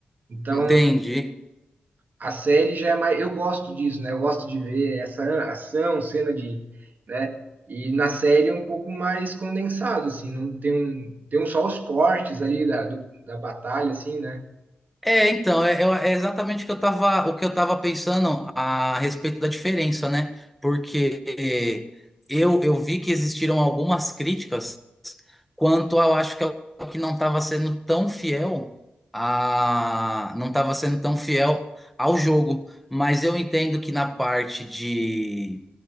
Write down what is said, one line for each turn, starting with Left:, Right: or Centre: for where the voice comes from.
Right: Então,
Centre: entendi.
Right: a série já é mais, eu gosto disso, né? Eu gosto de ver essa ação, cena de, né? E na série é um pouco mais condensado, assim, não tem um, tem um só os cortes ali da, do- da batalha, assim, né?
Centre: É, então, é, é- é exatamente o que eu tava, o que eu tava pensando a respeito da diferença, né? Porque eu, eu vi que existiram algumas críticas quanto eu acho que é o que não estava sendo tão fiel a não estava sendo tão fiel ao jogo, mas eu entendo que na parte de